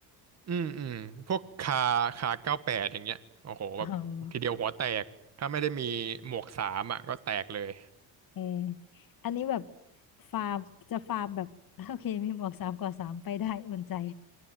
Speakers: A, on the right; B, on the left.
A: อืมอืมพวกคาคาเก้าแปดอย่างเงี้ยโอ้โหแบบทีเดียวหัวแตกถ้าไม่ได้มีหมวกสามอ่ะก็แตกเลย
B: ออเอออันนี้แบบฟาร์มจะฟาร์มแบบโอเคมีหมวกสามกว่าสามไปได้อุ่นใจ